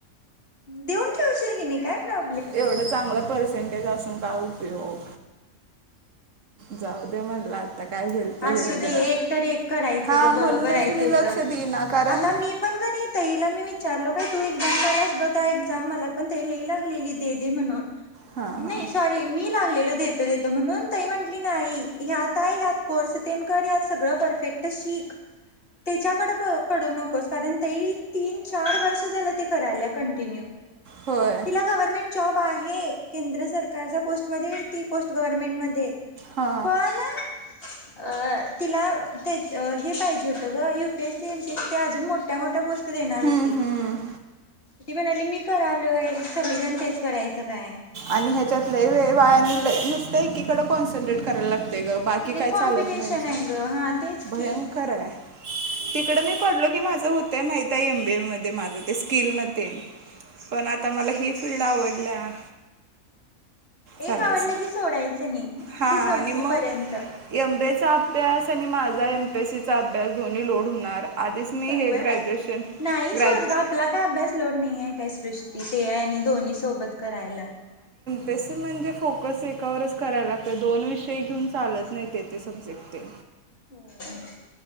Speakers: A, on the left (about 40°); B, on the right (about 60°).
A: देऊन ठेवशील गी नी काय प्राॅ
B: एवढं चांगलं परिस्थ परसेंटेज असून काय उपयोग जाऊ दे म्हणलं आता काय होईल ते
A: असू
B: होईल म्हणजे
A: दे एक तर एक करायचं
B: हां
A: ग बरोबर
B: म्हणूनच
A: आहे
B: मी
A: तुझ
B: लक्ष देईना कारण
A: आता मी पण का नय ताईला मी चालो काय तू एक्साम दयायलास ब त्या एक्झाम मला पण ते लिई लागलेली दे दे म्हणून
B: हां हां
A: नाही सॉरी मी लागलेलं देत देतो म्हणून तई म्हटली नाही ह्यात हाय ह्यात कोर्स तेन कर ह्यात सगळं परफेक्ट शिक. त्याच्याकडे पडू नकोस कारण तई ते तीन चार वर्ष झालं ते कराल्या कंटिन्यू
B: होय
A: तिला गव्हर्नमेंट जॉब हाय हे केंद्र सरकारच्या पोस्टमध्ये ती पोस्ट गव्हरमेंटमध्ये ये
B: हां
A: पण अ तिला तेच हे पाहिजे होतं गं U P S C, M P A C अजून मोठ्या मोठ्या पोस्ट देणार
B: हम्म
A: होती
B: हम्म
A: ती म्हणाली मी करालोय सगळीजण तेच करायचं काय.
B: आणि ह्याच्यात लय वेळ वाया आणि लय नुसत एकीकडे कॉन्सन्ट्रेट करायला लागते ग बाकी
A: आणि लई
B: काय
A: कॉम्पिटिशन
B: चालत नाही याच्यात.
A: आहे ग हा तेच
B: भयंकर
A: की
B: हाय तिकड मी पडलो की माझं होतंय माहित आहे एमबीए मध्ये माझं ते स्किल न ते- पण आता मला ही फिल्ड आवडल्या. चालायचं
A: एक आवडलं कि सोडायचं नाही
B: हां
A: ते संपू
B: आणि मग
A: पर्यंत.
B: एम बी एचा अभ्यास माझा एमपीएससीचा अभ्यास दोन्ही लोड होणार आधीच मी
A: शंभर
B: हे ग्रॅज्युएशन
A: टक्के नाहीच
B: ग्रॅज
A: होत गं आपला काय अभ्यास लोड नाही आहे काही सृष्टी ते आणि दोन्हीं सोबत करायला..
B: तसे म्हणजे फोकस एकावरच करायला लागते दोन विषय घेऊन चालत नाही ते ते सब्जेक्ट ते
A: होय.